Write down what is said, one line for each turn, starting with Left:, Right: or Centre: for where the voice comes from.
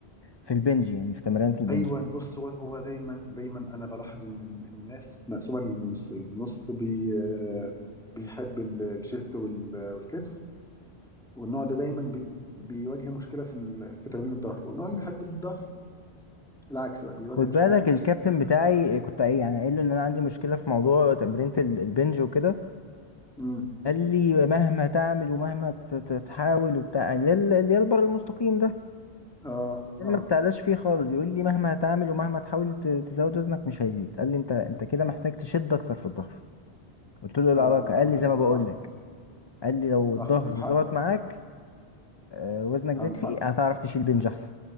Left: في البنج يعني في تمرينة البنج
Centre: ايوه بص هو هو دايما دايما انا بلاحظ ان إن الناس مقسومه لنصين نص بي آه، بيحب ال- الشيست وال- والكتف والنوع ده دايما بي- بيواجه مشكله في ال- في تمرين الظهر والنوع اللي بيحب الظهر العكس بقى بيواجه
Left: خد
Centre: مشكله
Left: بالك
Centre: في الشيست
Left: الكابتن بتاعي كنت ايه يعني قايل له ان انا عندي مشكله في موضوع تمرينة ال- البنج وكده
Centre: امم
Left: قال لي مهما تعمل ومهما ت- ت- تحاول وبتاع يعني اللي هي ال- اللي هي البر المستقيم ده
Centre: اه
Left: اللي
Centre: اه
Left: انا ما بتعلاش فيه خالص يقول لي مهما تعمل ومهما تحاول ت- تزود وزنك مش هيزيد قال لي انت انت كده محتاج تشد اكتر في الظهر قلت له إيه العلاقه
Centre: اه فعلا
Left: قال لي زي ما بقول
Centre: صح
Left: لك قال لي لو
Centre: صح
Left: الظهر
Centre: عنده حق
Left: ظبط معاك آه، وزنك
Centre: عنده
Left: زاد فيه
Centre: حق
Left: هتعرف تشيل بنج احسن